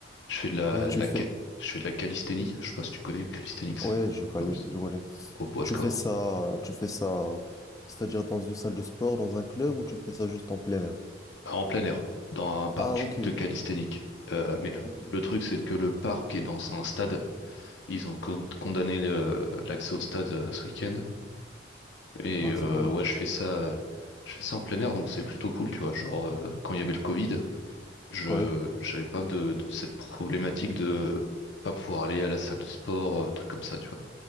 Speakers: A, on the left; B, on the left.
A: Je fais de la,
B: Et tu
A: de la,
B: fais...
A: ca- je fais de la calisthénie. Je sais pas si tu connais calisthenics. je
B: Ouais, je connais,
A: pense.
B: je connais.
A: Au poids
B: Et tu
A: de corps.
B: fais ça, tu fais ça, c'est-à-dire dans une salle de sport, dans un club, ou tu fais ça juste en plein air?
A: En plein air. Dans un parc
B: Ah,
A: du-
B: ok.
A: de calisthénique. Euh, mais le,
B: Ok.
A: le truc, c'est que le parc est dans un stade. Ils ont con- condamné le- l'accès au stade euh, ce week-end. Et
B: Ah,
A: euh,
B: c'est dommage.
A: ouais, je fais ça, je fais ça en plein air, donc c'est plutôt cool, tu vois. Genre, euh, quand il y avait le Covid, je
B: Ouais,
A: j'avais pas de, de cette problématique de pas pouvoir aller à la salle de sport, euh, truc comme ça, tu vois.